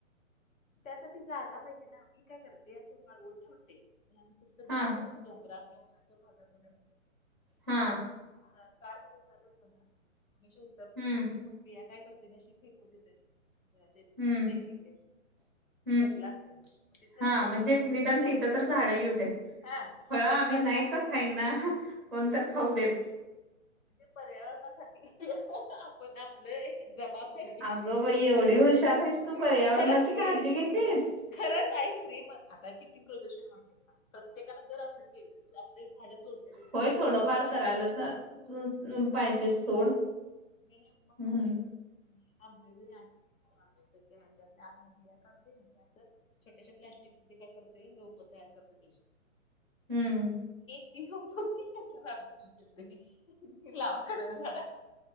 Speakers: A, on the left; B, in the centre.
A: त्यासाठी जागा पाहिजे ना आम्ही काय करते असे वाळवून ठेवते, कुठं तर
B: हा
A: जाते असं डोंगरात डोंगराच्या भागात वगैरे
B: हां,
A: ह कार मध्ये जात असतो ना मी अशी उतरतेय
B: हम्म
A: आणि ते मग बिया काय करते, मी अशी फेकून देते म्हणजे अशी
B: हम्म
A: टेकडीकडे अशी.
B: <inaudible>
A: जंगलात ग. म तिथ
B: हा म्हणजे निदान तिथं
A: एक
B: तर झाडं येऊ देत.
A: हा
B: फळं आम्ही
A: एक पनना
B: नाही का खाई ना कोण तर खाऊ देत.
A: म्हणजे पर्यावरणासाठी आपण आपलं एक जबाबदारी.
B: अगं बाई एवढी हुशार आहेस तू पर्यावरणाची
A: खरच की
B: काळजी घेतेस.
A: खरंच ऐक रे म आता किती प्रदूषण वाढलंय सांग. प्रत्येकाने जर अस केलं आपले झाडं तोडलेले ती
B: होय, थोडं फार
A: परत
B: करायलाच अं अं पाहिजे सोड.
A: मी मग
B: हम्म
A: काय करत होते मी आंबे जरी आणले
B: <inaudible>
A: आतमधल्या बिया काढते, आणि असं छोट्याश्या प्लस्टिक मध्ये काय करतेय रोप तयार करते त्याची.
B: हं.
A: ही रोपं ही घरच्या रानात नेऊन देतो. लावा कडेने झाडे.